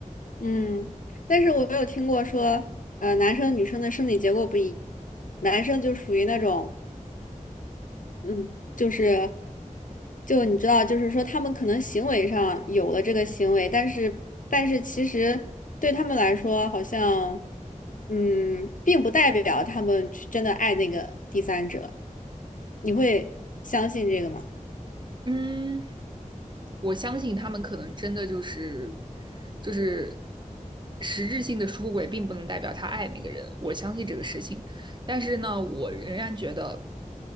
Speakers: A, on the left; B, on the right.
A: 嗯。但是我有听过说，呃，男生女生的生理结构不一，男生就属于那种。嗯，就是，就你知道，就是说他们可能行为上有了这个行为，但是但是其实对他们来说，好像嗯，并不代表他们去真的爱那个第三者。你会相信这个吗？
B: 嗯，我相信他们可能真的就是就是实质性的出轨，并不能代表他爱那个人。我相信这个事情，但是呢，我仍然觉得，